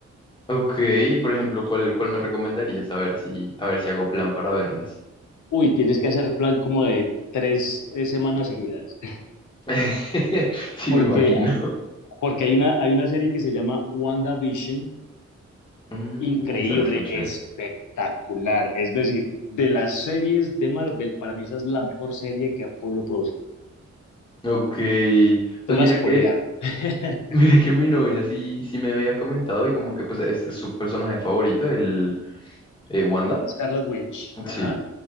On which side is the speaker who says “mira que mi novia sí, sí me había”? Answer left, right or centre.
Left